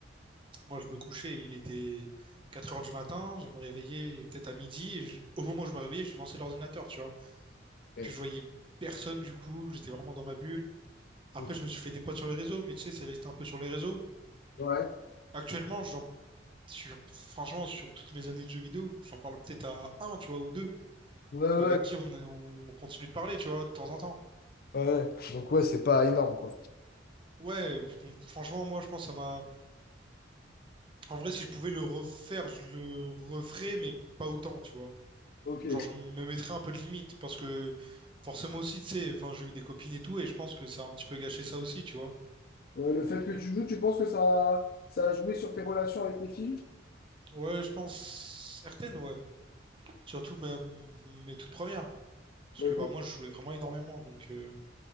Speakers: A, on the right (about 25°); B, on the left (about 50°).
A: moi, je me couchais, il était 4 heures du matin, je me réveillais peut-être à midi, et je- au moment où je me réveillais, je lançais l'ordinateur, tu vois.
B: Ouais,
A: Puis je voyais personne, du coup, j'étais vraiment dans ma bulle. Après,
B: ok.
A: je me suis fait des potes sur les réseaux, mais tu sais, c'est resté un peu sur les réseaux.
B: ouais,
A: Actuellement, j'en, sur, franchement, sur toutes mes années de jeux vidéo, j'en parle peut-être à un, tu vois, ou deux,
B: ouais. ouais.
A: mais avec qui on, on continue de parler, tu vois, de temps en temps.
B: Ouais. Donc, ouais, c'est pas énorme, quoi.
A: Ouais, donc franchement, moi, je pense que ça m'a En vrai, si je pouvais le refaire, je le referais, mais pas autant, tu vois.
B: Ok.
A: Genre, je me mettrais un peu de limite parce que forcément aussi, tu sais, enfin, j'ai eu des copines et tout, et je pense que ça a un petit peu gâché ça aussi, tu vois.
B: Ouais, le fait que tu joues, tu penses que ça, ça a joué sur tes relations avec les filles?
A: Ouais, je pense certaines, ouais. Surtout ma- mes toutes premières. Parce
B: Ok.
A: que bah moi, je jouais vraiment énormément, donc euh,